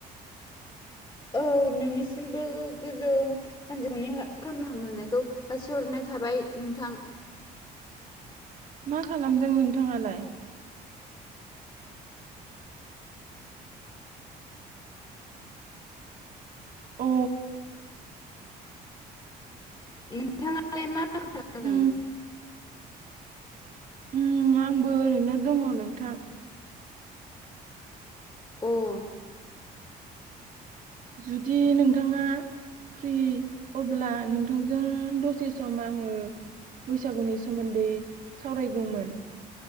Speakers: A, on the left; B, on the right.
A: औ नोंनिसिमबो गोजों सानजौफुनि खामला हामलायनायखौ जासिहरनाय थाबाय नोंथां।
B: मा खालामदों नोंथाङालाय? अ
A: नोंथाङालाय मा खालामदों
B: ओ ओ आंबो ओरैनो दङ नोंथां।
A: उम
B: जुदि नोंथाङा फ्रि अब्ला नोंथांजों दसे सम आङो बैसागुनि सोमोन्दै सावरायगौमोन